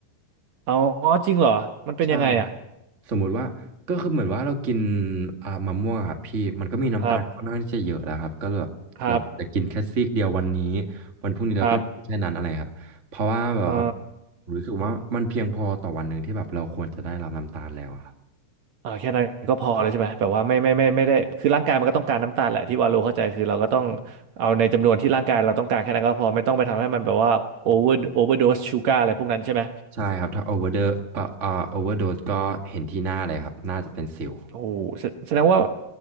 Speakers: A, on the right; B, on the right.
A: เอาอ๋อจริงเหรอมันเป็นยังไงอ่ะ
B: ใช่ครับสมมุติว่าก็คือเหมือนว่าเรากินอ่ามะม่วงอะครับพี่มันก็มีน้ำตาลค่อนข้างที่จะเยอะแล้วครับก็แบบเราก็จะกินแค่ซีกเดียววันนี้
A: ครับครับ
B: วันพรุ่งนี้เราก็กินแค่นั้นอะไรครับเพราะว่าแบบว่า
A: ครับอื
B: ผมรู้สึกว่ามันเพียงพอต่อวันหนึ่งที่แบบเราควรจะได้รับน้ำตาลแล้วอะครับ
A: ม อ่าแค่นั้นก็พอแล้วใช่ไหมแบบว่าไม่ไม่ไม่ไม่ได้คือร่างกายมันก็ต้องการน้ำตาลแหละที่วาโลเข้าใจคือเราก็ต้องเอาในจำนวนที่ร่างกายเราต้องการแค่นั้นก็พอไม่ต้องไปทำให้มันแบบว่าโอเวอร์โอเวอร์โดสชูการ์อะไรพวกนั้นใช่ไหม
B: ใช่ครับถ้าโอเวอร์เดอเอ่อเอ่อโอเวอร์โดสก็เห็นที่หน้าเลยครับน่าจะเป็นสิว
A: โอ้โหแสแสดงว่า